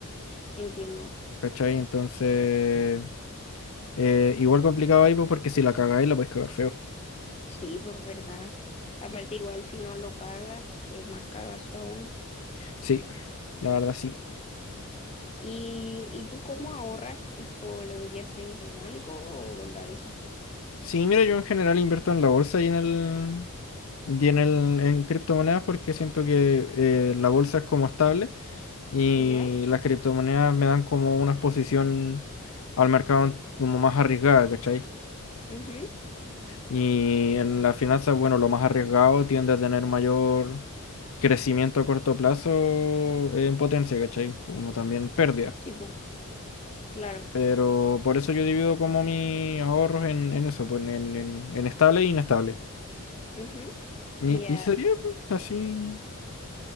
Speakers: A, on the left; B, on the left.
A: entiendo.
B: ¿cachai? Entonces, eh, igual complicado ahí, pues porque si la cagáis la podéis cagar feo.
A: Sí, pues verdad. Aparte, igual si no lo pagas, es más cagazo aún.
B: Sí, la verdad sí.
A: ¿Y, y tú cómo ahorras? ¿Tipo lo inviertes en algo o la dejas ahí?
B: Sí, mira, yo en general invierto en la bolsa y en el y en el en criptomonedas porque siento que eh, la bolsa es como estable y
A: ¿Ya?
B: las criptomonedas me dan como una exposición al mercado como más arriesgada, ¿cachai?
A: Ujú.
B: Y en las finanzas, bueno, lo más arriesgado tiende a tener mayor crecimiento a corto plazo en potencia, ¿cachai? Como también pérdidas.
A: Sí, pues, claro.
B: Pero por eso yo divido como mis ahorros en, en eso, pues en, en, en estable e inestable.
A: Ujú.
B: Y,
A: Ya.
B: y sería pues, así,